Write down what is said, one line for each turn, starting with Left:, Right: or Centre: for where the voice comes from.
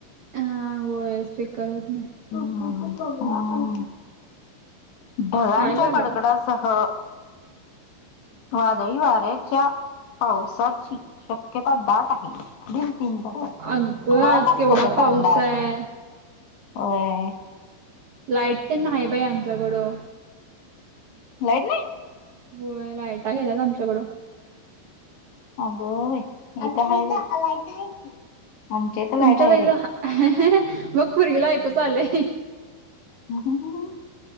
Right: हा होयस करत नाही
Left: हम हम ढगांच्या
Right: काय करायलाय?
Left: कडकडास सह वादळी वाऱ्याच्या पावसाची शक्यता दाट आहे दि तीन तास हवामान
Right: अगं आज केवढा
Left: खात्याचा
Right: पाऊस
Left: अंदाज
Right: आहे
Left: हो
Right: लाईट तेन हाय बाई आमच्याकडं.
Left: लाईट नाही.
Right: होय लायटा गेला आमच्याकडं.
Left: अगं बाई हित हाय बाई. आमच्या इथं लाईट
Right: तुमच्यात
Left: आहे
Right: घरी
Left: बाई
Right: बघ पोरगीला ऐकू चांलय.
Left: ह ह ह ह,